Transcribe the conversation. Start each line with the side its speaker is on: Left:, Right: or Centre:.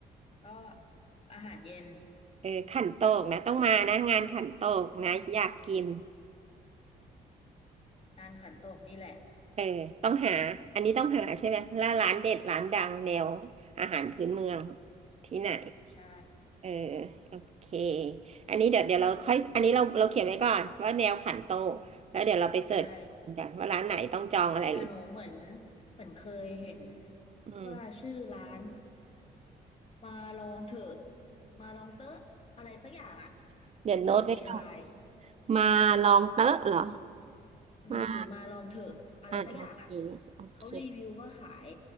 Left: ก็อาหารเย็น
Right: เออขันโตกนะต้องมานะงานขันโตกนะอยากกิน
Left: ร้านขันโตกนี่แหละ
Right: เออต้องหาอันนี้ต้องหาใช่ไหมแล้วร้านเด็ดร้านดังแนวอาหารพื้นเมืองที่ไหน
Left: ใช่
Right: เออโอเคอันนี้เดี๋ยวเดี๋ยวเราค่อยอันนี้เราเราเขียนไว้ก่อนว่าแนวขันโตกแล้วเดี๋ยวเราไปเสิร์ช
Left: ใช่
Right: กันว่าร้านไหนต้องจองอะไรหรือ
Left: แต่หนูเหมือนเหมือนเคยเห็น
Right: อืม
Left: ว่าชื่อร้านมาลองเถอะมาลองเตอะอะไรสักอย่างอ่ะ
Right: เดี๋ยวโน้ตไว้ก่อน
Left: อยู่เชียงราย
Right: มาลองเต๊ะเหรอ
Left: อืมหรือมาลองเถอะอะไรสักอย่างอ่ะ
Right: มาอ่ะโอเคโอเค
Left: เขารีวิวว่าขาย